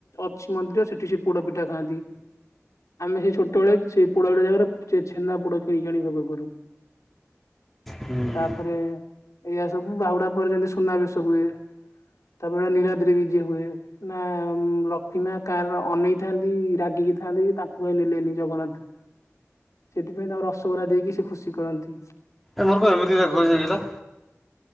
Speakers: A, on the left; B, in the centre.
A: ଅଛି ମନ୍ଦିର ସେଠି ସେ ପୋଡ ପିଠା ଖାଆନ୍ତି ଆମେ ସେଇ ଛୋଟବେେଳେ ସେଇ ପୋଡ ବିଟା ଜାଗାରେ ଛେନା ପୋଡ କିଣିକି ଆଣି ଭୋଗ କରୁ
B: ହୁଁ
A: ତାପରେ ଏଇୟଆ ସବୁ ବାହୁଡା ପରେ ଯେମତି ସୁନାବେଶ ହୁଏ ତାପରେ ନୀଳାଦ୍ରିୀ ଯିଏ ହୁଏ ନା ଲକ୍ଷ୍ମୀ ମା କାଁର ଅନେଇଥାନ୍ତି ରାଗିକି ଥାନ୍ତି ତାଙ୍କୁ ଭାଇ ନେଲେନି ଜଗନ୍ନାଥ ସେଥିପାଇଁ ତାଙ୍କର ଅସବଧା ଦେଇକି ସେ ଖୁସି କରନ୍ତି
B: ଏମର କଣ ଏମିତି ଯ ଘରେ ଯାଇା